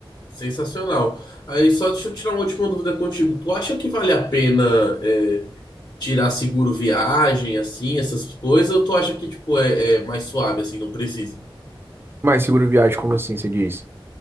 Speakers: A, on the left; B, on the right.
A: Sensacional. Aí só deixa eu tirar uma última dúvida contigo. Tu acha que vale a pena é, tirar seguro viagem, assim, essas coisas, ou tu acha que, tipo, é, é mais suave, assim, não precisa?
B: Mas seguro viagem, como assim você disse?